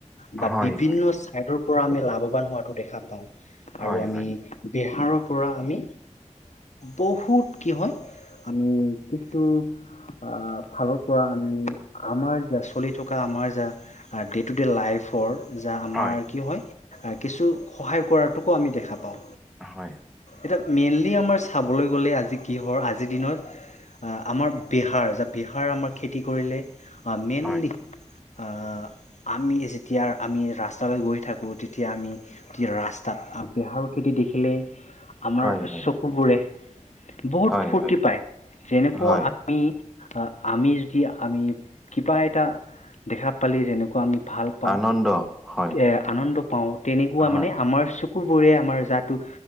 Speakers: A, on the left (about 65°); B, in the centre.
A: বা
B: হয়,
A: বিভিন্ন
B: হয়, হয়,
A: সেইটোৰ পৰা আমি লাভৱান হোৱাটো দেখা পাওঁ।
B: হয়,
A: আৰু
B: হয়,
A: আমি বেহাৰৰ পৰা আমি বহুত কি হয় আমি কিছু আহ ফালৰ পৰা আমি আমাৰ জা চলি থকা আমাৰ যা ডে' টু ডে লাইফৰ যা আমাৰ
B: হয়,
A: কি হয়। কিছু সহায় কৰাটোকো আমি দেখা পাওঁ।
B: হয়।
A: এতিয়া মেইনলি আমাৰ চাবলৈ গ'লে আজি কিহৰ আজিৰ দিনত আমাৰ বেহাৰ, যা বেহাৰ আমাৰ খেতি কৰিলে আ মেইনলি
B: হয়।
A: অ' আমি যেতিয়া আমি ৰাস্তালৈ গৈ থাকোঁ তেতিয়া আমি তেতিয়া ৰাস্তাত বেহাৰৰ খেতি দেখিলে আমাৰ
B: হয় হয়
A: চকুবোৰে বহুত
B: হয়
A: ফূৰ্তি
B: হয়
A: পায়। যেনেকুৱা
B: হয়
A: আমি, আমি যদি আমি কিবা এটা দেখা পালে যেনেকুৱা আমি ভাল পাওঁ
B: আনন্দ, হয়।
A: এ আনন্দ পাওঁ, তেনেকুৱা
B: হয়
A: মানে আমাৰ চ চকুবোৰে আমাৰ যাটো